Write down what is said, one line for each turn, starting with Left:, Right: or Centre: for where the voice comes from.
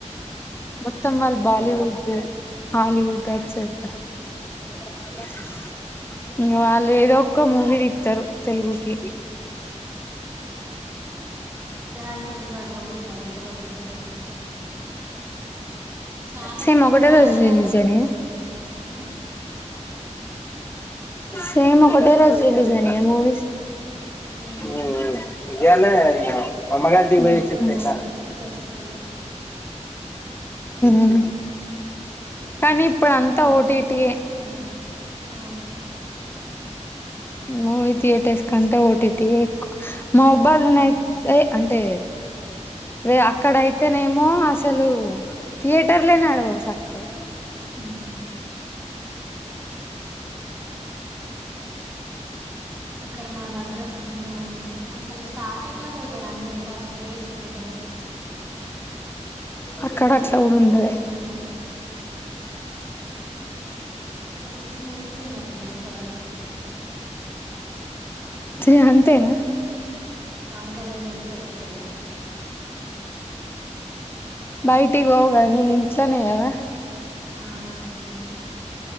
Left: మొత్తం వాల్ బాలీవుడ్ హాలీవుడ్ <unintelligible> ఇంగ వాళ్ళు ఏదో ఒక్క మూవీ తీత్తరు తెలుగుకి
Right: ఇంగ నాక్ ఎందుకో అడుగబుద్ది కాలే ఇటే పోబుద్ది అయ్యింది చాలా
Left: సేమ్
Right: మంది
Left: ఒకటే
Right: బాలేదు
Left: రోజు రిలీజ్
Right: అనేసరికి
Left: అయినయా
Right: హ
Left: సేమ్ ఒకటే రోజు రిలీజ్ అయినై గ మూవీస్
Right: ఉమ్.
Left: మ్ మ్ ఇయ్యల్నే అది ఇగ అమ్మ గారి ఇంటికి పోయొచ్చి
Right: ఇక ఒకటి
Left: తింటా
Right: పోగానే ఒకటి వస్తుంది
Left: మ్ కానీ ఇప్పుడు
Right: ఇక్కడ
Left: అంతా
Right: బాగాలేదు
Left: ఓటిటియే
Right: అని చెప్పిళ్ళు ఆ.
Left: మూవి థియేటర్స్ కంటా ఓటిటియే ఎక్కు మవ్బాద్ల నైతే
Right: ఉమ్.
Left: అంటే వె అక్కడైతేనేమొ అసలు థియేటర్లే నడవవు సక్కగా
Right: హు హు ఇక్కడ మా దగ్గర ఫుల్ మంది అసలు స్టార్టింగ్ల పోతార్ అంతే ఫస్ట్ డే సెకండ్ డే
Left: అక్కడ
Right: ఇగ తర్వాత
Left: అట్లా కూడా ఉండదే
Right: పోవుడుండద్ ఎం ఉండద్ ఓ సిక్స్ మూవీస్ కి పోయినట్టు ఉన్న ఇప్పడి వరకు
Left: తే అంతేనా
Right: పాన్ కళ్యాణ్ ది అయితే ఇది ఒక్కటే గాని
Left: బయటిక్ పోవు గద్నే ఇగ ఇంట్లనే గదా
Right: ఆ ఇంట్ల నేనే